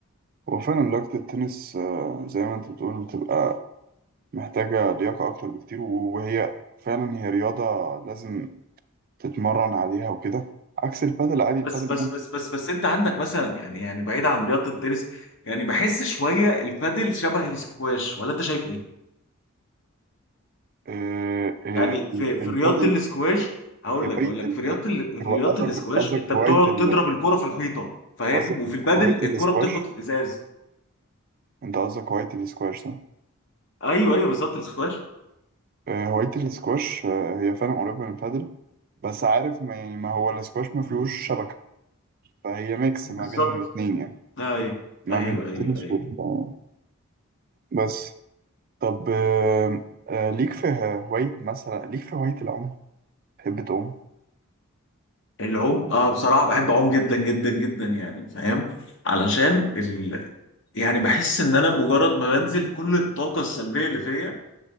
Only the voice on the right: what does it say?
هو فعلا لياقة التنس آه، زي ما أنت بتقول بتبقى محتاجة لياقة أكتر بكتير وهي فعلا هي رياضة لازم تتمرن عليها وكده عكس البادل عادي البادل
ممكن
آه، آه،
البادل
هواية
ال-
هو
قصدك
قصدك
هواية ال-
قصدك
هواية الاسكواش
أنت قصدك هواية الاسكواش صح؟
آه، هواية الاسكواش آه، هي فعلا قريبة من البادل بس عارف ما, يعني ما هو الاسكواش ما فيهوش شبكة فهي ميكس
ما بين الاتنين يعني
ما
بين
التنس
وال بس طب آه، آه، ليك في هواية مثلا ليك في هواية العوم تحب تعوم؟